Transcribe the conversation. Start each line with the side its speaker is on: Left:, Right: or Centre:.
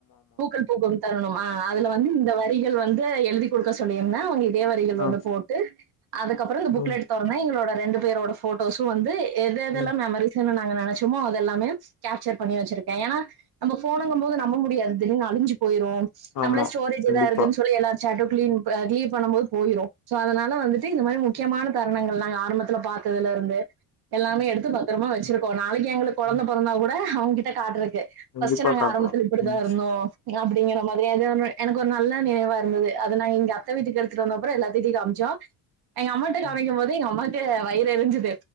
Right: பூக்கள் பூக்கும் தரணும் ஆ அதுல வந்து இந்த வரிகள் வந் ந்து எழுதி கொடுக்க சொல்லியிருதே அவங்க தே வரிகள்
Left: ஆ.
Right: வந்து போட்டு அதுக்கப்புற இந்த
Left: ம்.
Right: புக்லெட் தொறந்தா எங்களோட ரெண்டு பேரோட போட்டோஸும் வந்து எது எதெல்லாம்
Left: ம்.
Right: மெமரிஸ்ன்னு நா நாங்க நெனைச்சோமோ அதெல்லாமே கேப்சர் பண்ணி வச்சிருக்கே ஏன்னா நம்ம ஃபோனங்கும் போது நம்ப முடியாது திடீன்னு அழஞ்சு போயிரு
Left: ஆமா.
Right: நம்ள ஸ்டோரேஜ்த
Left: கண்டிப்பா.
Right: இருக்குன்னு சொல்லி எல்லா செட்டும் கிளீன் கிளெயர் பண்ணும் போது போயிரு சோ அதனால வந்துட்டு இந்த மாரி முக்கியமான தருணங்கள் நாங்க ஆரம்பத்துல பாத்ததுல இருந்து எல்லாமே எடுத்து பத்திரமா வச்சிருக்கோனா நாளைக்கு எங்களுக்கு கொழந்த
Left: ம்,
Right: பொறந்தா கூட அவ்கிட்ட காட்டறக்கு து
Left: கண்டிப்பா
Right: பஸ்ட் நாங்க
Left: காட்டலாம்.
Right: ஆரம்பத்துல இப்டிதா
Left: ம்.
Right: இருந்தோ எ அப்டிங்கற மார் சரி ஏதோ ஒண்ணு எனக் ஒர் நல்ல நினைவா இருந்தது அது நா இங்க அத்தெ வீட்டுக்கு எடுத்துட்டு வந்த அப்புறொ எல்லாதிடியு காம்சோ எங்க அமாட்டே
Left: ம்.
Right: காமிக்கு போது எங்க அம்மாத் த்து வயிறு எரிஞ்சிது